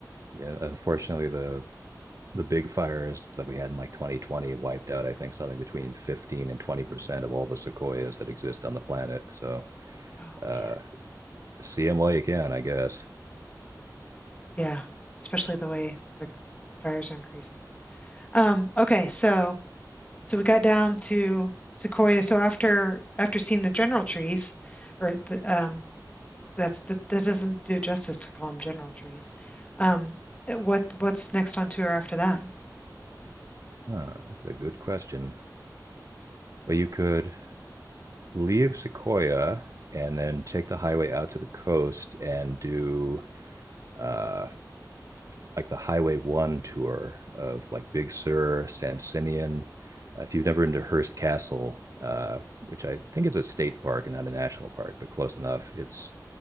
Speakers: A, on the right; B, on the left.
A: Yeah, unfortunately, the the big fires that we had in like 2020 wiped out, I think, something between 15 and 20 percent of all the sequoias that exist on the planet. So
B: Oh
A: uh,
B: man.
A: see them while you can, I guess.
B: Yeah. Especially the way the fires are increasing. Um, okay, so So we got down to Sequoia. So after after seeing the general trees, or the, um, that's that, that doesn't do justice to call them general trees. Um, eh, what what's next on tour after that?
A: Huh, that's a good question. Well, you could leave Sequoia and then take the highway out to the coast and do uh, like the Highway One tour of like Big Sur, San Simeon. Uh, if you've never been to Hearst Castle, uh, which I think is a state park and not a national park, but close enough, it's